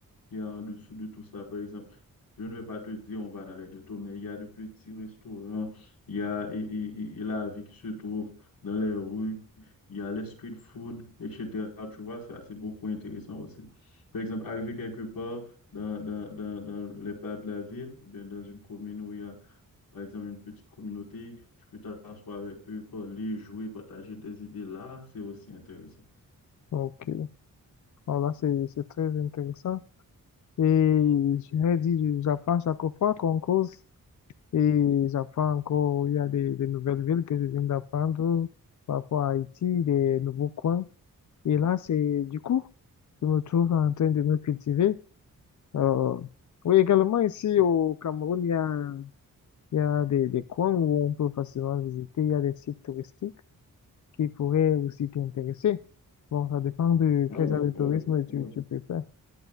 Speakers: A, on the left; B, on the left.
A: qui est en dessous de tout ça. Par exemple, je ne vais pas te dire on va dans les ghettos, mais il y a de petits restaurants, il y a et, et- et- et la vie qui se trouve dans les rues, il y a les street food, etc. Tu vois, ça, c'est beaucoup intéressant aussi. Par exemple, arriver quelque part, dans, dans, dans, dans les bars de la ville, ou bien dans une commune où il y a, par exemple, une petite communauté, tu peux t'asseoir avec eux, parler, jouer, partager des idées. Là, c'est aussi intéressant.
B: donc euh, voilà, c'est, c'est très intéressant. Et je dit, je- j'apprends chaque fois qu'on cause et j'apprends encore, il y a des, des nouvelles villes que je viens d'apprendre par rapport à Haïti, des nouveaux coins. Et là, c'est du coup, je me trouve en train de me cultiver. Euh, oui, également ici au Cameroun, il y a, il y a des, des coins où on peut facilement visiter. Il y a des sites touristiques qui pourraient aussi t'intéresser. Bon, ça dépend de
A: Ah
B: quel
A: oui,
B: genre de tourisme
A: ah oui,
B: tu,
A: ah oui.
B: tu préfères.